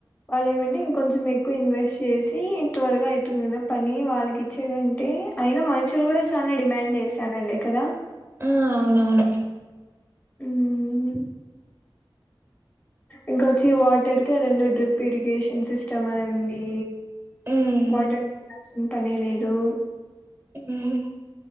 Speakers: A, on the left; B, on the right.
A: వాళ్ళు ఏమంటే ఇంకొంచెం ఎక్కువ్ ఇన్వెస్ట్ చేసి త్వర్గా అయితుంద్ కదా పని వాళ్ళకి ఇచ్చే ఏంటి అయినా మనుషులు గూడా చాలా డిమాండ్ చేసానలే కదా
B: ఆ అవునవును
A: హ్మ్ ఇంకొచ్చి వాటర్ కి అదేందొ డ్రిప్ ఇరిగేషన్ సిస్టమ్ అనే ఉందీ
B: ఉమ్
A: మోటార్ కొనాల్సిన పనే లేదు
B: ఉమ్